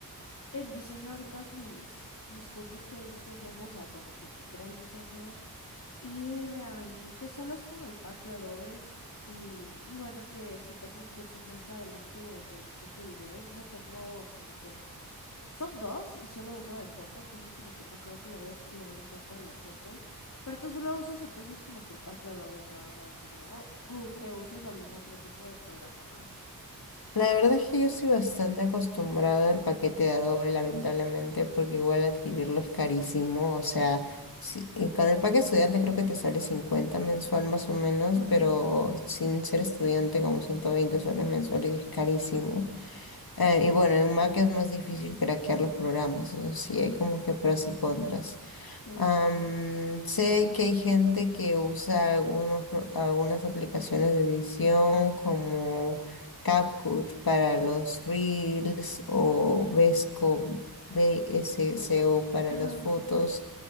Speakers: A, on the left; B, on the left.
A: en diseño, ahorita mis, mis cursos que he visto son, o sea, bueno, pues literal diseño y de ahí que solo es con el pack de Adobe. Y, y bueno, que si tengo un curso más adelante de, de edición de videos, no tengo como que son dos y solo uno de foto, entonces como que no creo que le voy a explorar tanto a la foto. Pero tú solo usas entonces como que el pack de Adobe y nada más, ¿verdad? ¿O, o te usas algún otro tipo de programa más?
B: La verdad es que yo estoy bastante acostumbrada al paquete de Adobe, lamentablemente, porque igual adquirirlo es carísimo. O sea, si- y con el paquete estudiante creo que te sale 50 mensual más o menos,
A: Ajá,
B: pero sin ser estudiante como 120 soles mensuales y es carísimo. Eh, y bueno, en Mac es más difícil craquear los programas, eso sí, hay como que pros y contras.
A: claro.
B: Am, sé que hay gente que usa algunos, pro- algunas aplicaciones de edición como CapCut para los Reels o Vesco, V S C O para
A: Ajá,
B: las fotos.